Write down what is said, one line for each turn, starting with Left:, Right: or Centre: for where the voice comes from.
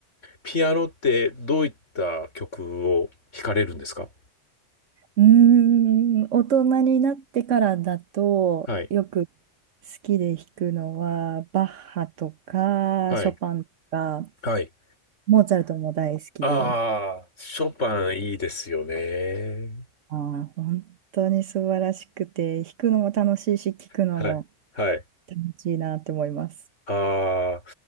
Left: ピアノってどういった曲を弾かれるんですか
Right: うーん、大人になってからだとよく好
Left: はい。
Right: きで弾くのはバッハとかショパンとか
Left: はい。はい。
Right: モーツァルトも大好きで、
Left: ああショパンいいですよね。
Right: あー、本当に素晴らしくて弾くのも楽しいし聴くのも
Left: はい。はい。
Right: 楽しいなと思います。
Left: ああ、